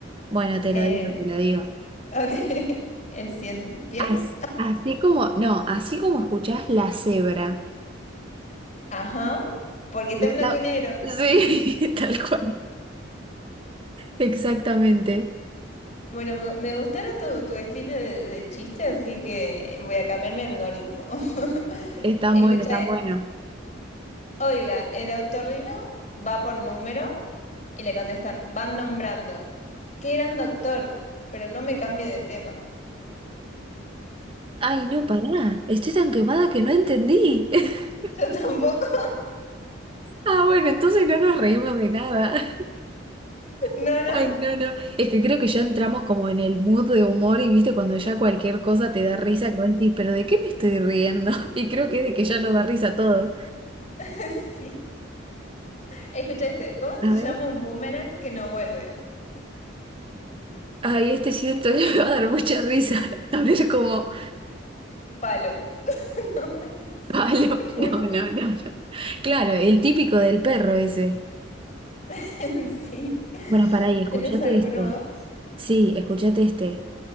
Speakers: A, on the right; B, on the left.
A: Bueno, te
B: eh,
A: lo digo, te lo digo.
B: ok, <laughs> el 100 pies.
A: As- así como, no, así como escuchás la cebra.
B: Ajá, porque está
A: Está-
B: en blanco y negro.
A: Sí, <laughs> tal cual. Exactamente.
B: Bueno, me, me gustaron tu, tu estilo de, de chiste, así que voy a cambiar mi algoritmo. <laughs>
A: Están
B: Escucha,
A: buenos, están
B: esto.
A: buenos.
B: oiga, el autorrino va por número y le contestan, van nombrando. Qué gran doctor, pero no me cambie de tema.
A: Ay, no, pará. Estoy tan quemada que no entendí. <laughs>
B: <laughs> Yo tampoco.
A: Ah, bueno, entonces no nos reímos de nada.
B: No,
A: <laughs>
B: no,
A: Ay, no, no. Es que creo que ya entramos como en el mood de humor y viste cuando ya cualquier cosa te da risa, que vos decís, pero ¿de qué me estoy riendo? <laughs> Y creo que es de que ya nos da risa todo.
B: <laughs> sí. Escucha este, ¿cómo se
A: A ver.
B: llama un boomerang que no vuelve?
A: Ay, este siento que me va a dar mucha risa. <laughs> A ver como,
B: Palo. <laughs> No,
A: Palo.
B: es
A: <laughs>
B: muy
A: No,
B: mal.
A: no, no, no. Claro, el típico del perro ese.
B: <laughs> Sí.
A: Bueno, pará, y escuchate
B: ¿Tenés alguno
A: este.
B: vos?
A: Sí, escuchate este.